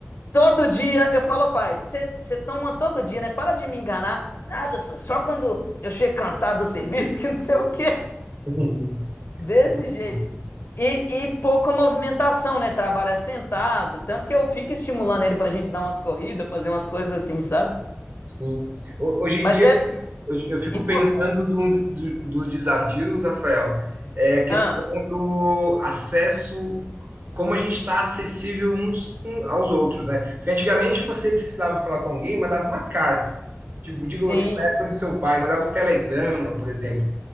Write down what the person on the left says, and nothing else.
Todo dia eu falo, pai, você toma todo dia, né? Para de me enganar. Nada, só, só quando eu chego cansado do serviço, <laughs> que não sei o quê.
Desse
jeito. E, e pouca movimentação, né? Trabalha sentado. Tanto que eu fico estimulando ele pra gente dar umas corridas, fazer umas coisas assim, sabe?
Mas
é
importante.
Ah,
sim,